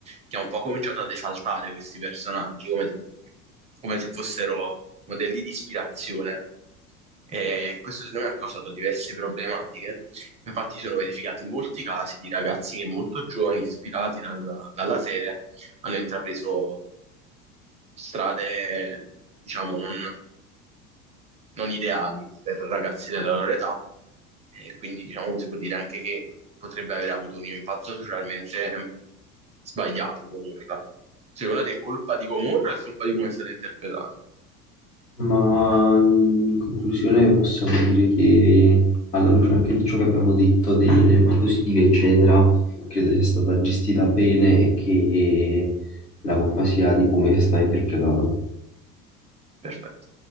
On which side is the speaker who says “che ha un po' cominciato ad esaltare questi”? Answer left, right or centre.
Right